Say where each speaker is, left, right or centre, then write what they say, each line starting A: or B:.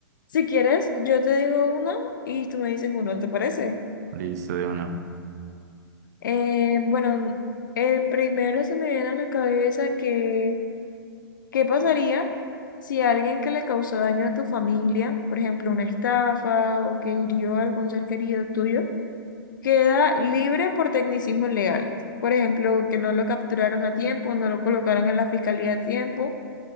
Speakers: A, on the left; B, on the right.
A: Si quieres, yo te digo uno y tú me dices uno, ¿te parece?
B: Listo, de una.
A: Eh, bueno, el primero se me viene a la cabeza que, ¿qué pasaría si alguien que le causó daño a tu familia, por ejemplo, una estafa o que hirió a algún ser querido tuyo, queda libre por tecnicismos legales. Por ejemplo, que no lo capturaron a tiempo, no lo colocaron en la fiscalía a tiempo.